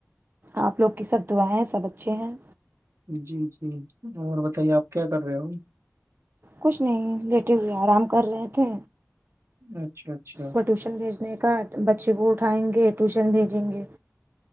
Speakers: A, on the right; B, on the right.
A: آ لوگ کی سب دعایں ہیں سب اچھے ہیں
B: جی جی اور بتائیے آپ کیا کر رہے ہو اائی
A: کچھ نہیں لیٹے ہوئے آرام کر رہے تھے
B: اچھا اچھا
A: کو ٹیوشن بھیجنے کا بچے کو اٹھائیں گے ٹیوشن بھیجیں گے